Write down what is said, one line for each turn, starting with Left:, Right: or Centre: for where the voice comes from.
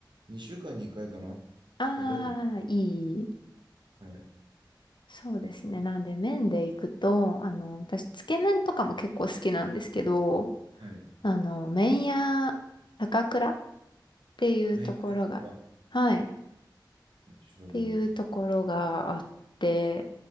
Right: 2週間に1回かいかな。
Left: <laughs> ああ、
Right: 食べたく
Left: いい。
Right: ない。はい。
Left: そうですね。なんで麺で行くと、あの、私、つけ麺とかも結構好きなんですけど、
Right: はい。
Left: あの、麺屋高倉っていうところが、
Right: メインの価格だ。は
Left: はい、っ
Right: い、調べます。
Left: ていうところがあって、